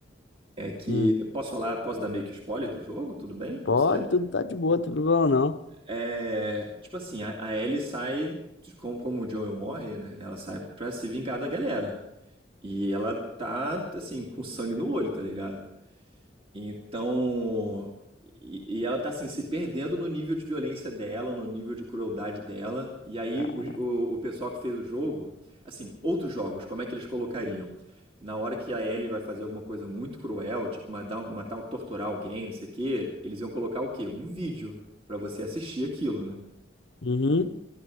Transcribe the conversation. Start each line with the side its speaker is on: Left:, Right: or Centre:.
Right: é que.
Left: Hum.
Right: Posso falar, posso dar meio que spoiler do jogo? Tudo bem pra
Left: Pode,
Right: você?
Left: tudo tá de boa, não tem problema não.
Right: É. Tipo assim, a, a Ellie sai. de- Como, como o Joel morre, né? Ela sai pra se vingar da galera. E ela tá, assim, com sangue no olho, tá ligado? Então, e, e ela tá assim, se perdendo no nível de violência dela, no nível de crueldade dela. E aí
Left: Cara.
Right: o, o, o pessoal que fez o jogo, assim, outros jogos, como é que eles colocariam? Na hora que a Ellie vai fazer alguma coisa muito cruel, tipo matar, matar torturar alguém, não sei o quê, eles iam colocar o quê? Um vídeo pra você assistir aquilo, né?
Left: Uhum.